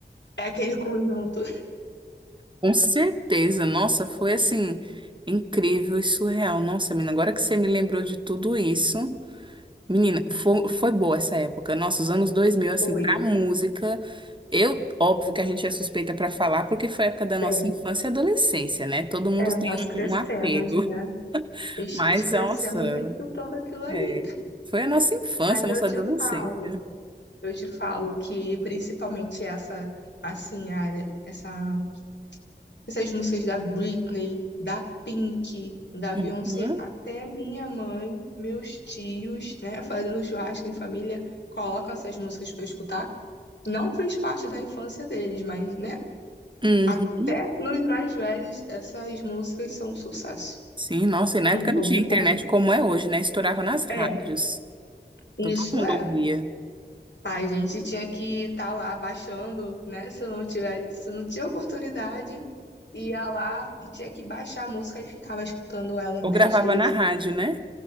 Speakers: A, on the left (about 75°); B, on the right (about 25°).
A: é aquele conjunto.
B: com certeza. Nossa, foi assim, incrível e surreal. Nossa, menina, agora que você me lembrou de tudo isso. Menina, foi, foi boa essa época. Nossa, os anos 2000 assim,
A: <laughs> Oi,
B: pra música. Eu, óbvio que a gente é suspeita pra falar, porque foi a época da nossa
A: é,
B: infância e adolescência, né? Todo mundo
A: é,
B: tem
A: nós crescemos,
B: um, um apego.
A: né?
B: <laughs>
A: Es-
B: Mas,
A: es- Crescemos
B: nossa,
A: escutando aquilo ali.
B: é, foi a nossa infância,
A: Mas
B: a
A: eu
B: nossa
A: te
B: adolescência.
A: falo, eu te falo que principalmente essa, assim, área, essa, essas músicas da Britney, da Pink, da
B: Uhum,
A: Beyoncé, até minha mãe, meus tios, né, fazendo churrasco em família, colocam essas músicas pra eu escutar. não fez parte da infância deles, mas, né?
B: uhum.
A: Até nos mais velhos, essas músicas são um sucesso.
B: Sim, nossa, e na época
A: Em todo
B: não tinha internet
A: mundo.
B: como é hoje, né? Estourava nas rádios.
A: É, isso
B: Então todo mundo
A: é.
B: ouvia.
A: A gente tinha que estar lá baixando, né? Se eu não tiver, se eu não tinha oportunidade, ia lá e tinha que baixar a música e ficava escutando ela
B: Ou
A: dez
B: gravava
A: vezes.
B: na rádio, né?